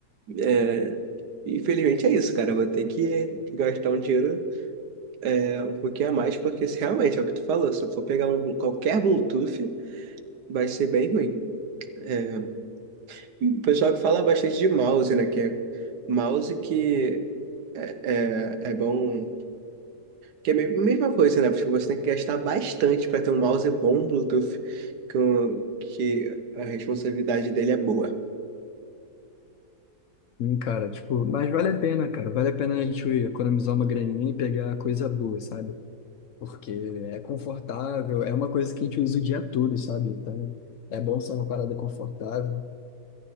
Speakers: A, on the right; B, on the left.
A: É, infelizmente é isso, cara. Eu vou ter que gastar um dinheiro é, um pouquinho a mais, porque se realmente é o que tu falou. Se eu for pegar um, blu- qualquer Bluetooth, vai ser bem ruim. É, e o pessoal que fala bastante de mouse, né? Que é mouse que é, é, é bom. Que é a me- mesma coisa, né? Tipo, você tem que gastar bastante para ter um mouse bom Bluetooth, com, que a responsabilidade dele é boa.
B: Sim, cara, tipo, mas vale a pena, cara. Vale a pena a gente economizar uma graninha e pegar coisa boa, sabe? porque é confortável, é uma coisa que a gente usa o dia todo, sabe? Então, é bom ser uma parada confortável.